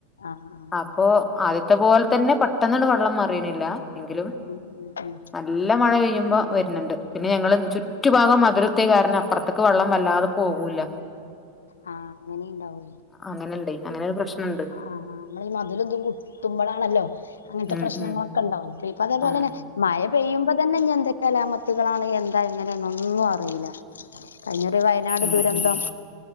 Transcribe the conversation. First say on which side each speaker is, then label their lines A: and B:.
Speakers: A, on the left; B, on the left.
A: ആഹ് ആഹ്
B: അപ്പോ ആ ആദ്യത്തെ പോലെ തന്നെ പെട്ടെന്ന് വെള്ളം മാറിയണില്ല എങ്കിലും
A: ആഹ് ഉം ഉം ഉം
B: നല്ല മഴ പെയ്യും വരുന്നുണ്ട് പിന്നെ ഞങ്ങൾ ചുറ്റുഭാഗം മതിലുർത്തിയ കാരണം അപ്പുറത്ത് ക്ക് വെള്ളം വല്ലാതെ പോകൂല്ല
A: ആ അങ്ങനെ ഇണ്ടാവു
B: അങ്ങനെണ്ടേ അങ്ങനെ ഒരു പ്രശ്നണ്ട്
A: ആ നമ്മള ഈ മതിലെന്തും കുത്തുമ്പോളാണല്ലോ അങ്ങനത്തെ
B: ഉം
A: പ്രശ്നങ്ങളൊക്കെ
B: ഉം
A: ഉണ്ടാവുന്നെ അ ഇപ്പ അതേപോലെ
B: ആഹ്
A: തന്നെ മഴ പെയ്യുമ്പോ തന്നെ ഇഞ് എന്തൊക്കലാമത്തുകളാണ് എന്താ എങ്ങനെയൊന്നും അറിയില്ല കഴിഞ ഒരു വയനാട്
B: ആഹ്
A: ദുരന്തം
B: ആഹ്